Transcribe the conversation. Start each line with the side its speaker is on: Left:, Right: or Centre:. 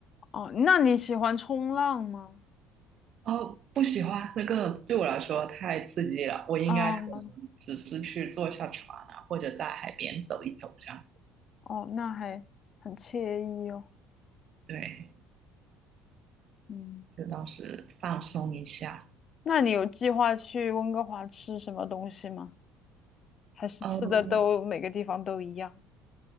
Left: 哦，那你喜欢冲浪吗？
Right: 哦，不喜欢那个对我来说太刺激了，我应该可能只是去坐下船啊，
Left: 哦
Right: 或者在海边走一走这样子。
Left: 哦，那还很惬意哦。
Right: 对，
Left: 嗯，
Right: 就当时放松一下。
Left: 那你有计划去温哥华吃什么东西吗？还是吃的都每个地方都一样？
Right: 嗯